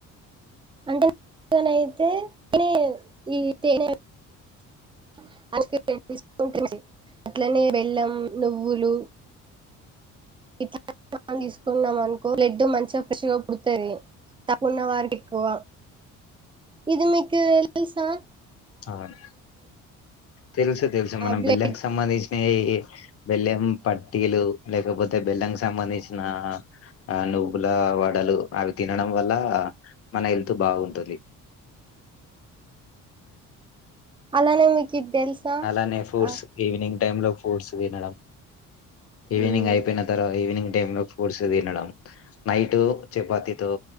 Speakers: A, on the right; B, on the left.
A: అంటేన అయితే త ఈ తే <inaudible> <unintelligible> అట్లనే బెల్లం నువ్వులు ఇట్లా తీసుకుంటున్నాం అనుకో బ్లడ్ మంచిగా మంచిగా పుడతాది తక్కువ ఉన్నవారికి ఎక్కువ ఇది మీకు వెల్సా
B: అవును తెలుసు తెలుసు మనం
A: బ్లడ్
B: బెల్లం సంబంధించినయి బెల్లం పటీలు లేకపోతే బెల్లం సంబంధించిన ఆ నుూపుల వాడ లు అవి తినడం వల్ల మన హెల్త్ బాగుంటుంది
A: అలానే ఇది తెలుసా
B: అలానే ఫ్రూడ్స్
A: ఆ
B: ఈవినింగ్ టై లో ఫ్రూడ్స్ తినడం ఈవినింగ్
A: మ్
B: అయిపోయిన తర్వా ఈవినింగ్ టైంలో ఫూడ్స్ తినడం నైట్ చపాతితో